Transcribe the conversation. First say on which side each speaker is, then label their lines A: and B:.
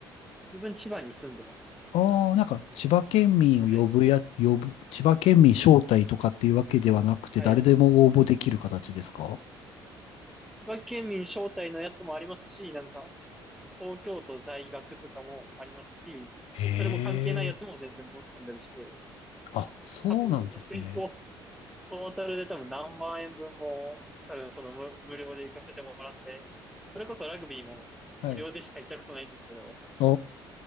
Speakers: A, in the centre; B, on the left (about 60°).
A: 自分千葉に住んでますね。
B: ああなんか、千葉県民を呼ぶや、
A: はい。
B: 呼ぶ、千葉県民招待とかっていうわけではなくて、
A: はい。
B: 誰でも応募できる形ですか
A: 千葉県民招待のやつもありますし、なんか、東京都在学とかもありますし、
B: へえ、
A: それも関係ないやつも全然申し込んだりして、
B: あ、そうなんですね。
A: 多分、本当にトトータルで多分何万円分も、多分その無無料で行かせてもらって、それこそラグビーも無料でしか行ったことないんですけど、
B: はい。お